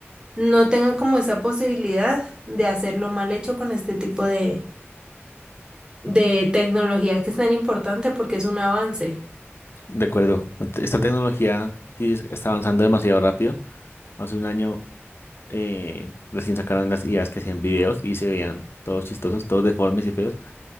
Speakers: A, on the right (about 20°); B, on the left (about 60°).
A: no tengan como esa posibilidad de hacerlo mal hecho con este tipo de, de tecnología que es tan importante porque es un avance.
B: de acuerdo. Esta tecnología sí es- está avanzando demasiado rápido. Hace un año eh, recién sacaron las ideas que hacían videos y se veían todos chistosos, todos deformes y feos.